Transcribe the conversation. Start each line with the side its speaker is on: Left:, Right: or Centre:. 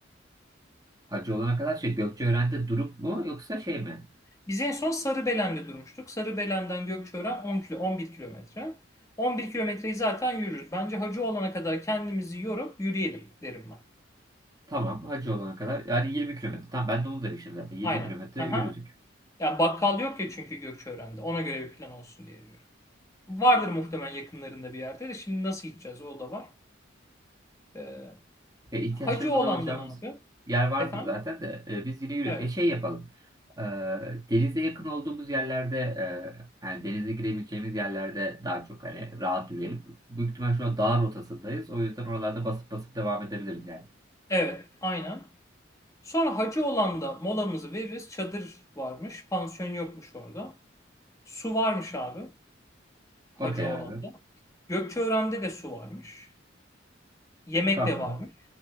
Right: hacı olana kadar şey Gökçeören'de durup mu yoksa şey mi?
Left: Biz en son Sarıbelen'de durmuştuk. Sarıbelen'den Gökçeören 10 kilo, 11 kilometre. 11 kilometreyi zaten yürürüz. Bence hacı olana kadar kendimizi yorup yürüyelim derim ben.
Right: Tamam hacı olana kadar yani 20 kilometre. Tamam ben de onu demiştim zaten 20
Left: Aynen.
Right: kilometre
Left: Aha.
Right: yürüdük.
Left: Ya bakkal yok ya çünkü Gökçeören'de. Ona göre bir plan olsun diye diyorum. Vardır muhtemelen yakınlarında bir yerde de. Şimdi nasıl gideceğiz o da var. Ee,
Right: E, ihtiyaçlarımızı
Left: hacı olandan
Right: alacağımız
Left: abi.
Right: yer vardır
Left: Efendim?
Right: zaten de e, biz yine yürüdük.
Left: Evet.
Right: E şey yapalım. E, denize yakın olduğumuz yerlerde e, yani denize girebileceğimiz yerlerde daha çok hani rahat yürüyelim. Büyük ihtimal şu an dağ rotasındayız. O yüzden oralarda basıp basıp devam edebiliriz yani.
Left: Evet. Aynen. Sonra hacı olanda molamızı veririz. Çadır varmış. Pansiyon yokmuş orada. Su varmış abi. Hacı
Right: Okey
Left: olanda.
Right: abi.
Left: Gökçeören'de de su varmış. Yemek
Right: Tamam.
Left: de varmış.